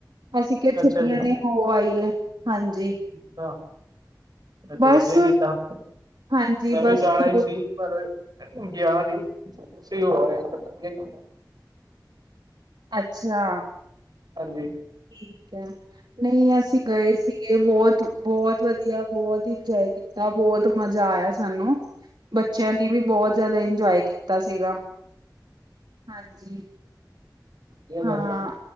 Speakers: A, on the right (about 80°); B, on the right (about 65°).
A: ਅਸੀਂ ਕੇਹਾ ਛੁੱਟੀਆਂ
B: ਅੱਛਾ ਜੀ
A: ਨੇ ਹੋ ਆਈ ਏ, ਹਾਂਜੀ।
B: ਅੱਛਾ, ਏਹ ਤੇ
A: ਬਸ
B: ਵਧੀਆ ਕੀਤਾ।
A: ਹਾਂਜੀ
B: ਮੈਂ
A: ਬਸ
B: ਵੀ ਜਾਣਾ
A: ਟੂਰ
B: ਈ ਸੀ। ਪਰ ਗਿਆ ਨੀ, ਤੁਸੀਂ ਹੋ ਆਏ ਤਾਂ ਵਧੀਆ ਕਿਤਾ।
A: ਅੱਛਾ।
B: ਹਾਂਜੀ।
A: ਠੀਕ ਐ, ਨਈ ਅਸੀਂ ਗਏ ਸੀ। ਬੋਤ-ਬੋਤ ਵਧੀਆ, ਬੋਤ ਇੰਜੋਏ ਕੀਤਾ, ਬੋਤ ਮਜ਼ਾ ਆਯਾ ਸਾਨੂੰ। ਬੱਚਿਆਂ ਨੇ ਵੀ ਬੋਤ ਜ਼ਿਆਦਾ ਇੰਜੋਏ ਕੀਤਾ ਸੀਗਾ, ਹਾਂਜੀ।
B: ਵਧੀਆ ਗੱਲ
A: ਹਾਂ
B: ਆ,